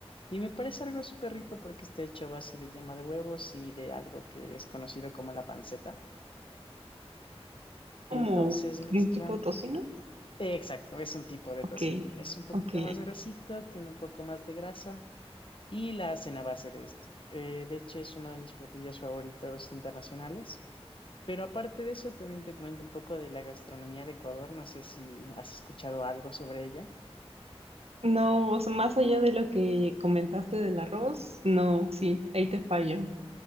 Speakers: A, on the left; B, on the right.
A: Y me parece algo súper rico porque está hecho a base de yema de huevos y de algo que es conocido como la panceta.
B: como
A: Entonces mezclan.
B: un tipo de tocino.
A: Exacto, es un tipo de
B: Ok,
A: tocino. Es un poquito
B: ok.
A: más gruesito, tiene un poco más de grasa y la hacen a base de esto. Eh, de hecho, es uno de mis platillos favoritos internacionales. Pero aparte de eso, también te comento un poco de la gastronomía de Ecuador. No sé si has escuchado algo sobre ella.
B: No, o sea, más allá de lo que comentaste del arroz, no, sí, ahí te fallo.